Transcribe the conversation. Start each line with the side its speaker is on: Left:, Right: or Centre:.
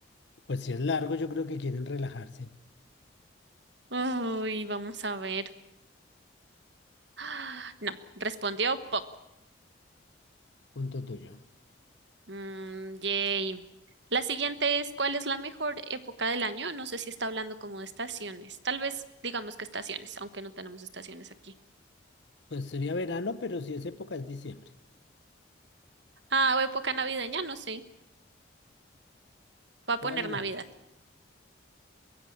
Left: Pues si es largo, yo creo que quieren relajarse.
Right: Uy, vamos a ver. Ah, No, respondió pop.
Left: Punto tuyo.
Right: Mm, yay. La siguiente es, ¿cuál es la mejor época del año? No sé si está hablando como de estaciones. Tal vez digamos que estaciones, aunque no tenemos estaciones aquí.
Left: Pues sería verano, pero si es época es diciembre.
Right: Ah, o época navideña, no sé. Va a
Left: Pongamos
Right: poner
Left: Navidad.
Right: Navidad.